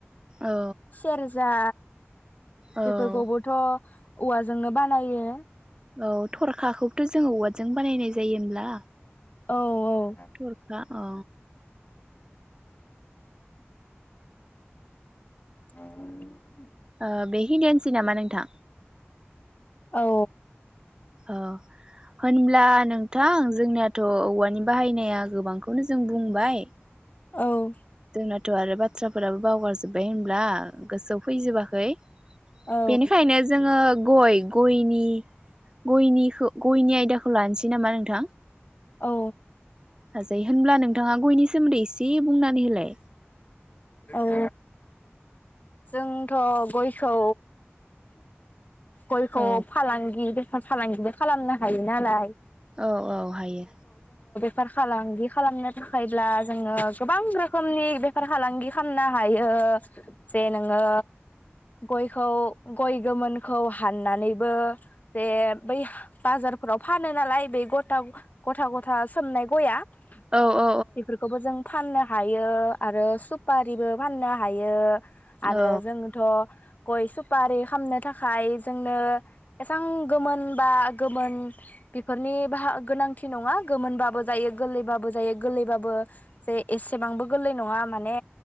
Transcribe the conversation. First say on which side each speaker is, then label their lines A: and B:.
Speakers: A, on the right; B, on the left.
A: औ
B: सेरजा
A: औ
B: बेफोरखौबोथ' औवाजोंनो बानायो ।
A: औ थरखाखौथ' जोङो औवाजाजों बानायनाय जायो होमब्ला
B: औ औ
A: थरखा औ
B: <inaudible>
A: ओ बे खिनियानोसै नामा नोंथां?
B: औ
A: औ होनब्ला नोंथां जोंनियाथ' औवानि बाहायनाया गोबांखौनो जों बुंबाय
B: औ
A: जोंनाथ' आरो बाथ्राफोराबो बावगारजोब्बाय होनब्ला गोसो फैजोबाखै
B: औ
A: बेनिखायनो जोङो गय गयनि गयनिखो गयनि आयदाखौ लानोसै नामा नोंथां
B: औ
A: हाजै होनब्ला नोंथाङा गयनि सोमोन्दै एसे बुंनानै होलाय
B: औ औ जोंथ' गयखौ गयखौ
A: औ
B: फालांगि बेफार फालांगिबो खालामनो हायो नालाय
A: औ औ हायो
B: फार फालांगि खालामनो थाखायब्ला जोङो गोबां रोखोमनि बेफार फालांगि खामनो हायो जे नोङो गयखौ गय गोमोनखौ हाननानैबो जे बै बाजारफोराव फानो नालाय बे गथा गथा गथा सोमनाय गया बेफोरखौबो
A: औ औ
B: जों फाननो हायो आरो सुफारिबो फाननो हायो । आरो
A: औ
B: जोंनोथ' गय सुफारि खामनो थाखाय जोंनो एसां गोमोन बा गोमोन बेफोरनि बा गोनांथि नङा गोमोनबाबो जायो गोरलैबाबो जायो गोरलैबाबो जे एसेबांबो गोरलै नङा माने